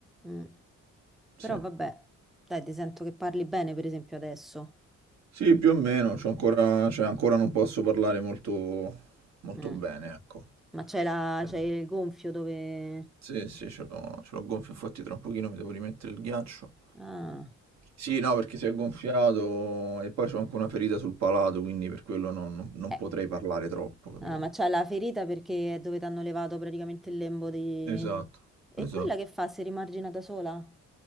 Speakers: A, in the centre; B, on the right (about 60°).
A: Mm.
B: Sì,
A: Però vabbè, dai, ti sento che parli bene, per esempio, adesso.
B: Sì, più o meno, c'ho ancora, cioè, ancora non posso parlare molto, molto
A: Mm.
B: bene, ecco.
A: Ma c'è la...
B: Eh,
A: c'è il gonfio dove...
B: Sì, sì, ce l'ho ce l'ho gonfio, infatti tra un pochino mi devo rimettere il ghiaccio.
A: Ah.
B: Sì, no, perché si è gonfiato e poi c'ho anche una ferita sul palato, quindi per quello non non- non
A: Eh.
B: potrei parlare troppo, capito?
A: Ah, ma c'è la ferita perché è dove ti hanno levato praticamente il lembo di...
B: Esatto,
A: E
B: esatto.
A: quella che fa? Si rimargina da sola?